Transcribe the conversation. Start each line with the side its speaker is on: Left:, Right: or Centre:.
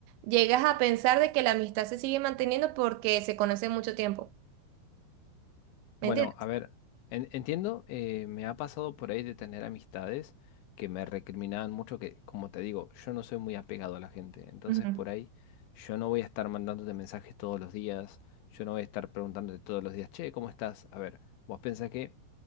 Right: llegas a pensar de que la amistad se sigue manteniendo porque se conoce mucho tiempo. ¿Me
Left: Bueno,
Right: entiendes?
Left: a ver, en- entiendo, eh, me ha pasado por ahí de tener amistades que me recriminaban mucho, que, como te digo, yo no soy muy apegado a la gente. Entonces,
Right: Ujú.
Left: por ahí, yo no voy a estar mandándote mensajes todos los días, yo no voy a estar preguntándote todos los días, che, ¿cómo estás? A ver, vos pensás que...